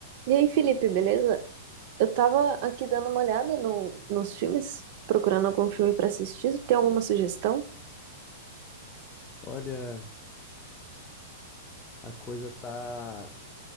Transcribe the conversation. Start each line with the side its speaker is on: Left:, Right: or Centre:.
Right: E aí, Felipe, beleza? Eu tava aqui dando uma olhada no- nos filmes, procurando algum filme pra assistir. Tem alguma sugestão?
Left: Olha, a coisa tá